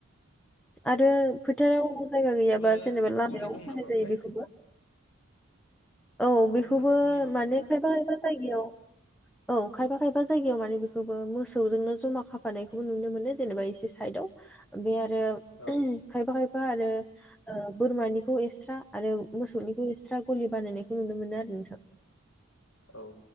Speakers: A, in the centre; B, on the left.
A: आरो
B: औ
A: फोथाराव जायगा गैयाबा
B: दाबो
A: जेनेबा लामायाव
B: गलि दं
A: खानाय
B: नामा ओमफ्राय
A: जायो बेखौबो औ बेखौबो
B: बोरमानोबो गलि नामा
A: माने
B: ओमफ्राय
A: खायफा-खायफा जायगायाव औ। खायफा-खायफा जायगायाव माने बेखौबो मोसौजोंनो जमा खा फानायखौबो नुनो मोनो जेनेबा एसे साइडआव बे आरो आरो
B: औ
A: खायफा खायफा खायफा आरो ओ बोरमानिखौ एक्सट्रा आरो मोसौनिखौ एक्सट्रा गलि बानायनायखौ नुनो मोनो आरो नोंथां
B: औ